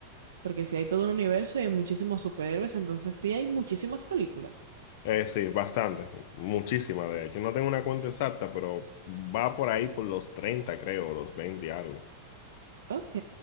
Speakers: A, on the right (about 65°); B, on the left (about 50°).
A: Porque si hay todo un universo y hay muchísimos superhéroes, entonces sí hay muchísimas películas.
B: Eh, sí, bastante, muchísima de hecho. No tengo una cuenta exacta, pero va por ahí por los 30, creo, los 20, y algo.
A: Ok,